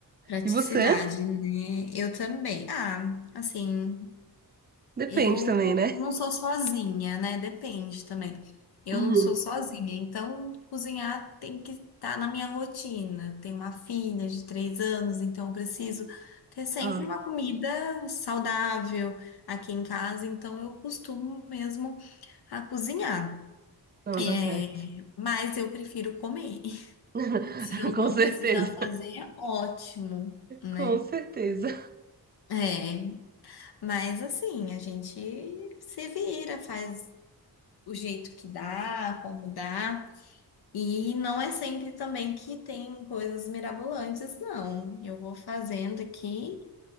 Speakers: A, on the left; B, on the right.
A: Praticidade,
B: E você?
A: né? Eu também. Ah, assim,
B: Depende
A: Eu
B: também, né?
A: não sou sozinha, né? Depende também. Eu
B: Uhum.
A: não sou sozinha, então cozinhar tem que estar na minha rotina. Tenho uma filha de três anos, então eu preciso ter sempre
B: Ah,
A: uma comida saudável aqui em casa, então eu costumo mesmo a cozinhar.
B: não,
A: É,
B: tá certo.
A: mas eu prefiro comer. <laughs>
B: <laughs>
A: Se eu não
B: Com certeza.
A: precisar fazer, ótimo, né?
B: Com certeza.
A: É, mas assim, a gente se vira, faz o jeito que dá, como dá. E não é sempre também que tem coisas mirabolantes, não. Eu vou fazendo aqui